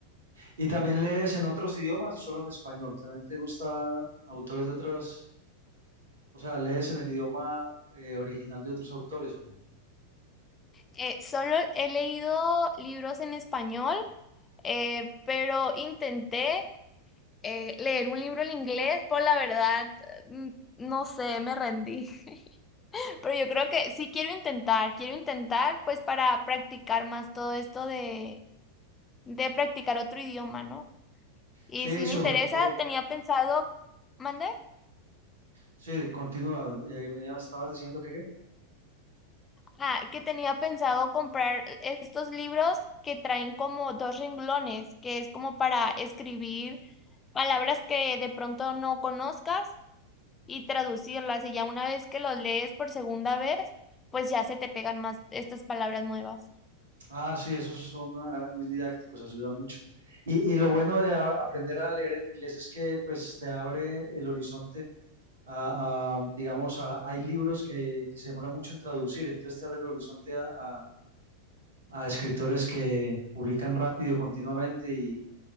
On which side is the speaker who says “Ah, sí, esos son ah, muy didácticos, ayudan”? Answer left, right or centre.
Right